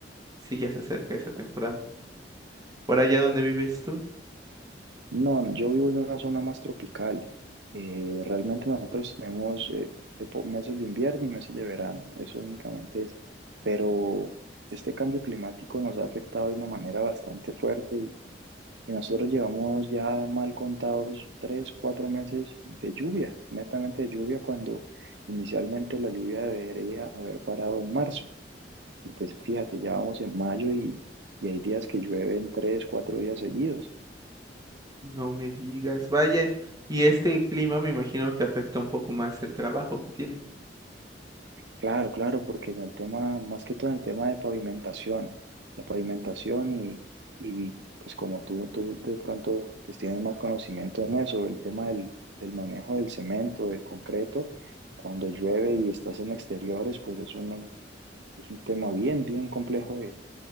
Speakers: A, on the right; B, on the right.
A: sí ya se acerca esa temporada. Por allá donde vives tú,
B: No, yo vivo en una zona más tropical. Eh, realmente nosotros tenemos eh, epo- meses de invierno y meses de verano, eso únicamente es. Pero este cambio climático nos ha afectado de una manera bastante fuerte y, y nosotros llevamos ya mal contados tres, cuatro meses de lluvia, netamente de lluvia, cuando inicialmente la lluvia debería haber parado en marzo. Y pues fíjate, ya vamos en mayo y, y hay días que llueven tres, cuatro días seguidos.
A: no me digas, vaya. Y este clima me imagino que afecta un poco más el trabajo que tienes.
B: Claro, claro, porque en el tema, más que todo en el tema de pavimentación, la pavimentación y, y pues como tú, tú de pronto pues tienes más conocimiento en eso, el tema del, del manejo del cemento, del concreto, cuando llueve y estás en exteriores, pues es un, es un tema bien, bien complejo